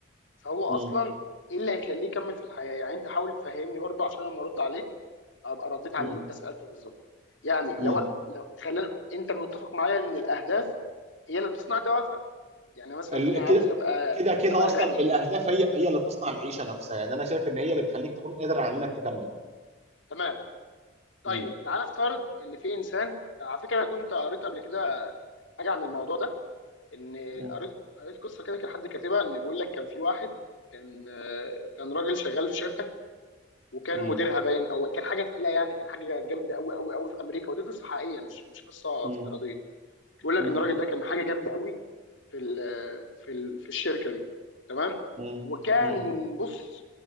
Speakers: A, on the left; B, on the right.
A: فهو اصلا
B: مم.
A: ايه اللي هيخليه يكمل في الحياه يعني انت حاول تفهمني برضه عشان لما ارد عليك ابقى رديت على
B: مم.
A: اللي انت سالته بالظبط يعني لو
B: مم.
A: لو خلينا انت متفق معايا ان الاهداف هي اللي بتصنع الدوافع يعني مثلا
B: ال-
A: انا عاوز
B: كده
A: ابقى
B: كده كده
A: ابقى
B: اصلا
A: غني
B: الاهداف هي هي اللي بتصنع العيشه نفسها يعني انا شايف ان هي اللي بتخليك تكون قادر على انك تكمل
A: تمام طيب
B: مم.
A: تعال نفترض ان في انسان على فكره انا كنت قريت قبل كده حاجه عن الموضوع ده ان
B: مم.
A: قريت قريت قصه كده كان حد كاتبها ان بيقول لك كان في واحد كان آه، كان راجل شغال في شركه وكان
B: مم.
A: مديرها باين او كان حاجه تقيله يعني كان حاجه جامده قوي قوي قوي في امريكا ودي قصه حقيقيه مش مش قصه
B: مم.
A: افتراضيه بيقول لك
B: مم.
A: ان الراجل ده كان حاجه جامده قوي في ال في ال في الشركه دي تمام
B: مم.
A: وكان
B: مم.
A: بص